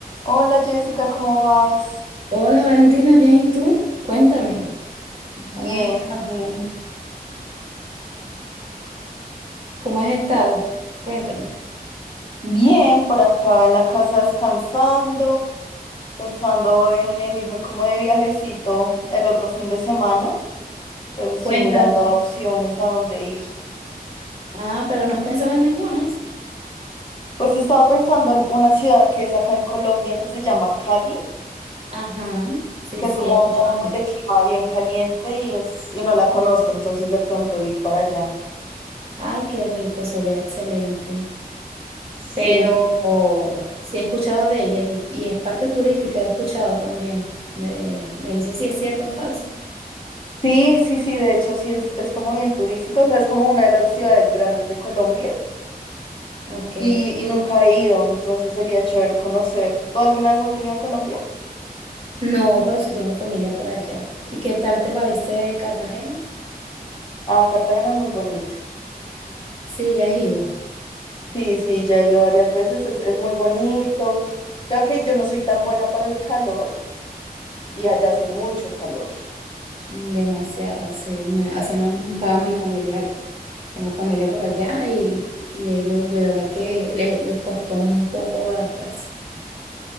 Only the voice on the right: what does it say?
Hola Valentina, bien, ¿y tú? Cuéntame,
¿cómo has estado?
¿Cómo has estado? Cuéntame.
Cuéntame.
Ah, pero no has pensado en ninguna.
Ajá, sí,
sí,
he escuchado de...
Ay, qué rico, sería excelente.
Pero oh, sí he escuchado de ella y, y es parte turística, he escuchado también. Me, me dice si es cierto o falso.
Ok.
No, pero sí tengo familia por allá. ¿Y qué tal te parece Cartagena?
Sí, ya has ido.
Mm, Demasiado, sí. Me-
así me han contado mis familiares. Tengo familia por allá y, y ellos de verdad que le- les costó un poco adaptarse.